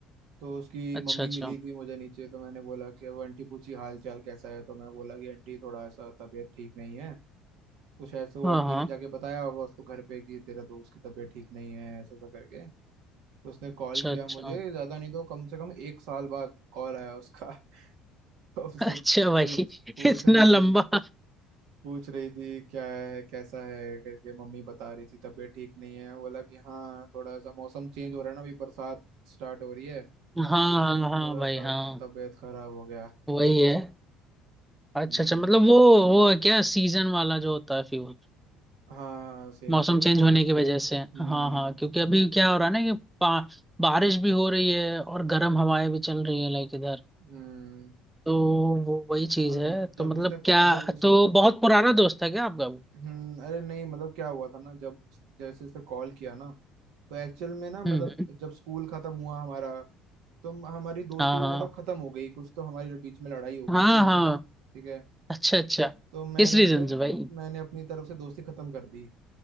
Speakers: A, on the right; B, in the centre.
A: तो उसकी
B: अच्छा
A: मम्मी
B: अच्छा
A: मिली थी मुझे नीचे तो मैंने बोला कि वो आंटी पूछी हाल चाल कैसा है तो मैं बोला कि आंटी थोड़ा ऐसा तबीयत ठीक नहीं है तो शायद से वो
B: हाँ
A: आंटी
B: हाँ
A: ने जाके बताया होगा उसको घर पे कि तेरा दोस्त की तबीयत ठीक नहीं है ऐसा ऐसा करके तो उसने कॉल
B: अच्छा
A: किया
B: अच्छा
A: मुझे ज्यादा नहीं तो कम से कम एक साल बाद कॉल आया उसका <laughs> तो उससे
B: अच्छा
A: पूछ
B: भाई <laughs>
A: पूछ
B: इतना
A: रही
B: लंबा
A: थी पूछ रही थी क्या है कैसा है करके मम्मी बता रही थी तबीयत ठीक नहीं है वो बोला कि हाँ थोड़ा सा मौसम चेंज हो रहा है ना अभी बरसात स्टार्ट हो रही है
B: हाँ
A: तो
B: हाँ
A: मैं
B: हाँ
A: थोड़ा
B: भाई
A: सा
B: हाँ
A: तबीयत खराब हो गया
B: वही है अच्छा
A: हम्म
B: अच्छा मतलब वो वो है क्या सीजन वाला जो होता है फीवर
A: हाँ सेम
B: मौसम
A: सेम
B: चेंज होने की वजह से
A: हम्म
B: हाँ हाँ क्योंकि अभी क्या हो रहा है ना कि पा- बारिश भी हो रही है और गर्म हवाएं भी चल रही है लाइक इधर
A: हम्म
B: तो वो वही चीज
A: तो
B: है
A: जब
B: तो मतलब
A: उसने
B: क्या
A: जब उस
B: तो बहुत पुराना दोस्त है क्या आपका वो
A: हम्म अरे नहीं मतलब क्या हुआ था ना जब जैसे इसने कॉल किया ना तो एक्चुअल में ना मतलब
B: हम्म हम्म,
A: जब स्कूल खत्म हुआ हमारा तो हम- हमारी दोस्ती
B: हाँ
A: भी
B: हाँ
A: मतलब खत्म हो गई कुछ तो हमारे बीच में लड़ाई हो गई
B: हाँ
A: थी
B: हाँ
A: ल- ठीक है
B: अच्छा अच्छा
A: तो मैंने
B: किस रीजन
A: अपनी
B: से भाई
A: मैंने अपनी तरफ से दोस्ती खत्म कर दी